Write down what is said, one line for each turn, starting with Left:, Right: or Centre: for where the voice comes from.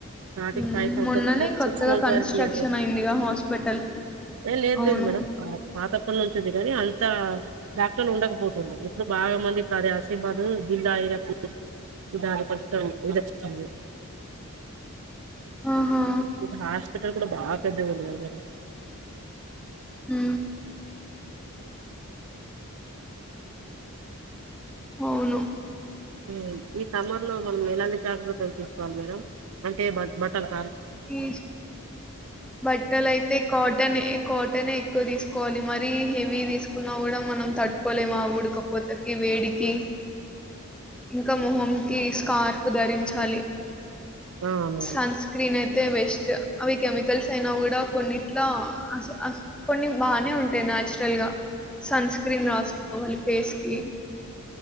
Right: స్టార్టింగ్
Centre: హ్మ్.
Right: ఫైవ్ థౌజండ్
Centre: మొన్ననే
Right: అండి
Centre: కొత్తగా
Right: సిక్స్ మంత్స్
Centre: కన్‌స్ట్రక్షన్
Right: వరకు ఈయదు
Centre: అయిందిగా హాస్పిటల్.
Right: ఏ లేదు
Centre: అవును.
Right: లేదు మేడం పాతప్పటి నుంచి ఉంది అంత డాక్టర్లు ఉండకపోతుంది ఇప్పుడు బాగా మంది కదు అది ఆశీర్బాద్ జిల్లా అయినప్పుడు <unintelligible>
Centre: ఆహా
Right: ఇటు హాస్పిటల్ ఇక్కడ బాగా పెద్ద ఉంది కదా మేడం
Centre: ఉ అవును
Right: ఉ ఈ సమ ఇంట్లో మనం ఎలాంటి జాగ్రత్తలు తీసుకోవాలి మేడం అంటే బ బట్టలు
Centre: ఈ బట్టలు అయితే కాటన్ కాటనే ఎక్కువ తీసుకోవాలి మరి మరీ హెవీ తీసుకున్నా కూడా మనం తట్టుకోలేము ఆ ఉడకపోతకి వేడికి ఇంకా మొహం కి స్కార్ఫ్ ధరించాలి
Right: ఆ మేడం
Centre: సన్ స్క్రీన్ అయితే బెస్ట్ అవి కెమికల్స్ అయినా కూడా కొన్నిట్లా అస్ అస కొన్ని బానే ఉంటాయి నాచురల్ గా సన్స్క్రీన్ రాస్కోవాలి ఫేస్కి